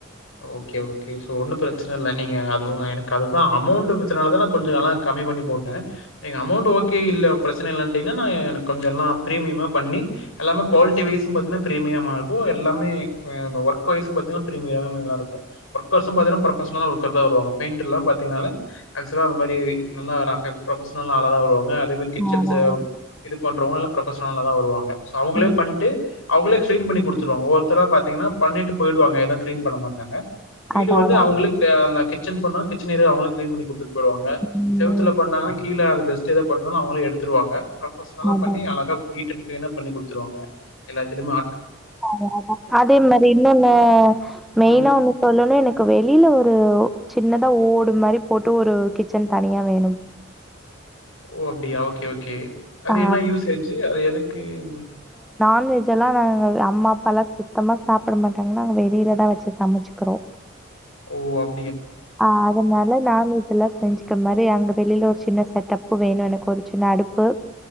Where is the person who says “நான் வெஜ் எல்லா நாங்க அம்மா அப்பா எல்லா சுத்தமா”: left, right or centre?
Centre